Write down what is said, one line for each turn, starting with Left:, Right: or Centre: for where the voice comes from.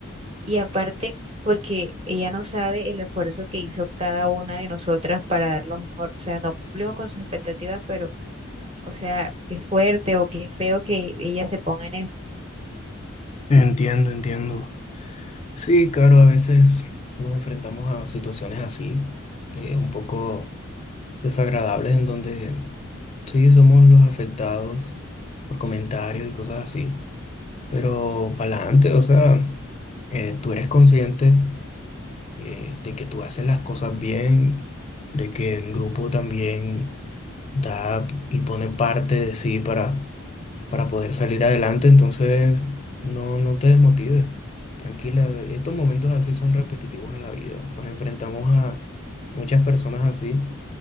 Right: Y aparte, porque ella no sabe el esfuerzo que hizo cada una de nosotras para dar lo mejor. O sea, no cumplimos con sus expectativas, pero, o sea, qué fuerte o qué feo que ella se ponga en eso.
Left: Entiendo, entiendo. Sí, claro, a veces nos enfrentamos a situaciones así, eh, un poco desagradables, en donde sí somos los afectados por comentarios y cosas así, pero para adelante, o sea, eh, tú eres consciente eh, de que tú haces las cosas bien, de que el grupo también da y pone parte de sí para para poder salir adelante, entonces no, no te desmotives. Tranquila, estos momentos así son repetitivos en la vida. Nos enfrentamos a muchas personas así,